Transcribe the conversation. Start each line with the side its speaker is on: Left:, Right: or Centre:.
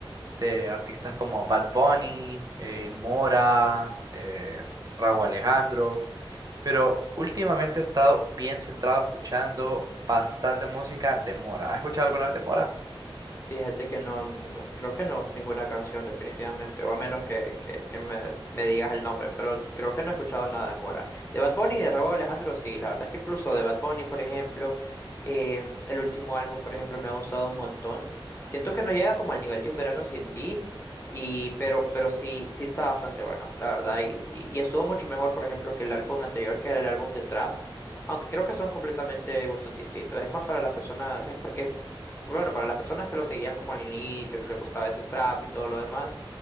Right: de artistas como Bad Bunny, eh, Mora, eh, Rauw Alejandro. Pero últimamente he estado bien centrado escuchando bastante música de Mora. ¿Has escuchado alguna vez de Mora?
Left: Fíjate que no, no- creo que no, ninguna canción definitivamente, o a menos que, que, que me, me digas el nombre, pero creo que no he escuchado nada en Mora. De Bad Bunny y de Rauw Alejandro, sí, la verdad es que incluso de Bad Bunny, por ejemplo, eh, el último álbum, por ejemplo, me ha gustado un montón. Siento que no llega como al nivel de Un Verano Sin Ti, y, pero, pero sí, sí está bastante bueno, la verdad, y, y, y estuvo mucho mejor, por ejemplo, que el álbum anterior, que era el álbum de Trap. Aunque creo que son completamente gustos distintos. Es más para las personas, es porque pues bueno, para las personas que lo seguían como al inicio, que le costaba ese trap y todo lo demás,